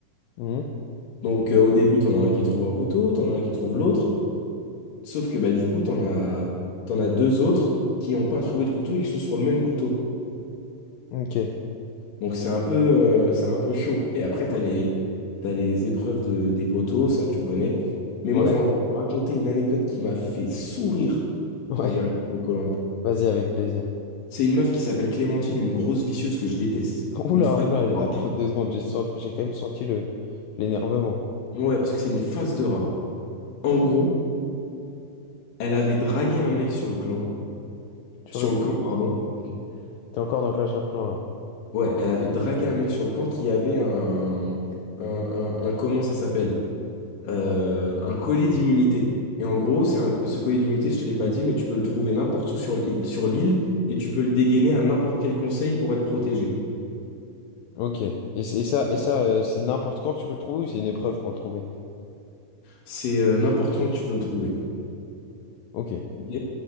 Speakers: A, on the left; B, on the left.
A: Mhm.
B: Donc, euh, au début, t'en as un qui trouve un couteau, t'en as un qui trouve l'autre. Sauf que bah, du coup, t'en as, t'en as deux autres qui n'ont pas trouvé de couteau et qui sont sur le même couteau.
A: Ok.
B: Donc c'est un peu, euh, c'est un peu chaud. Et après, t'as
A: Ouais.
B: les, t'as les épreuves de, des poteaux, ça tu connais. Mais
A: Ouais.
B: moi, j'ai envie de vous raconter une anecdote qui m'a fait sourire
A: Ouais.
B: quand j'ai regardé koh
A: Vas-y, avec plaisir.
B: C'est une meuf qui s'appelle Clémentine, une grosse vicieuse que je déteste.
A: <laughs> Oula,
B: Une face
A: oula,
B: de rat.
A: attends deux secondes, j'ai sent- j'ai quand même senti le l'énervement
B: Ouais, parce que c'est une face de rat. En gros, elle avait dragué un mec sur le clan,
A: sur
B: sur
A: le clan.
B: le camp, pardon.
A: Ok. T'es encore dans Clash of Clans là.
B: Ouais, elle avait dragué un mec sur le camp qui avait un, un, un- un- comment ça s'appelle? Euh, un collier d'immunité. Et en gros, c'est un- ce collier d'immunité, je te l'ai pas dit, mais tu peux le trouver n'importe où sur l'île, sur l'île et tu peux le dégainer à n'importe quel conseil pour être protégé.
A: Ok. Et, c'est- et ça,
B: Ok
A: et ça, euh, c'est n'importe quand que tu peux le trouver ou c'est une épreuve pour le trouver?
B: C'est euh, n'importe quand que tu peux le trouver.
A: Ok.
B: Ok